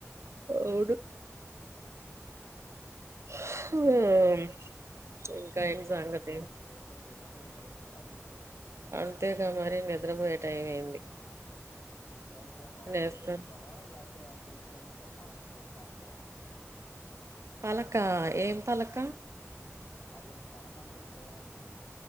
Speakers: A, on the right; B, on the left.
A: అవుడు <unintelligible> ఇంకా ఏం సంగతి
B: ఆవులింతలు వస్తన్నాయి ఏంటండి నిదర పోయే టైం అయిందా మీకు
A: అంతే గా మరి నిద్రపోయే టైమే
B: ఊమ్ నిద్రపోతా
A: వేస్తాను
B: నిద్రపోతారా లాక్తే ఆ చేతిలో ఉండే పలకను చూస్ తా ఉంటార
A: పలక ఏం పలక
B: అదే పలకంటె ఫోన్ అండి